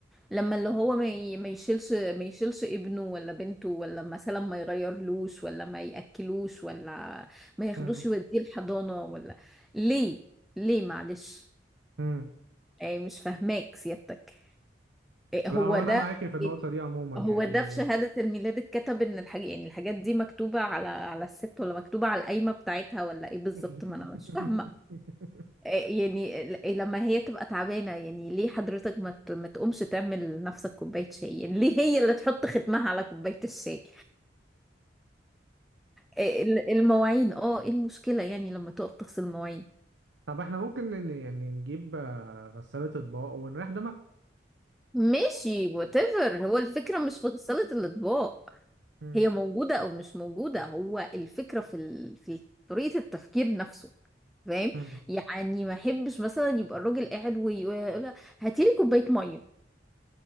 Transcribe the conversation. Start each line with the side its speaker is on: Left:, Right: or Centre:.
Centre: لما اللي هو ما ي- ما يشيلش ما يشيلش ابنه ولا بنته ولا مثلا ما يغيرلوش ولا ما ياكلوش ولا ما ياخدوش
Right: امم
Centre: يوديه الحضانة ولا ليه ليه معلش
Right: امم
Centre: يعني مش فاهماك سيادتك إيه
Right: لا
Centre: هو
Right: هو
Centre: ده
Right: انا معاكي في النقطه
Centre: يعني
Right: دي عموما يعني
Centre: هو ده في شهادة الميلاد اتكتب ان الحاجة يعني الحاجات دي مكتوبة على على الست ولا مكتوبة على القايمة بتاعتها ولا ايه بالظبط
Right: <laughs>
Centre: ما انا مش فاهمة إيه يعني ل- لما هي تبقى تعبانة يعني ليه حضرتك ما ت- ما تقومش تعمل نفسك كوباية شاي يعني ليه هي اللي تحط ختمها على كوباية الشاي إيه ال- المواعين اه ايه المشكلة يعني لما تقف تغسل مواعين
Right: طب احنا ممكن ن- يعني نجيب آه، غسالة اطباق ونريح دماغ
Centre: ماشي whatever هو الفكرة مش في غسالة الأطباق
Right: مم.
Centre: هي موجودة أو مش موجودة هو الفكرة في ال... في طريقة التفكير نفسه فاهم
Right: مم.
Centre: يعني ما أحبش مثلا يبقى الراجل قاعد وي- ويقول هاتي لي كوباية مية